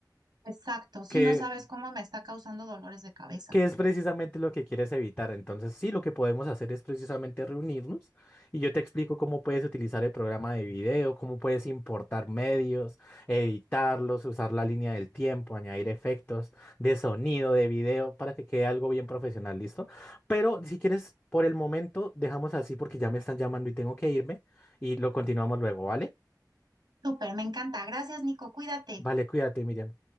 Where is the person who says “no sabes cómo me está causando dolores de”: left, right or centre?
Right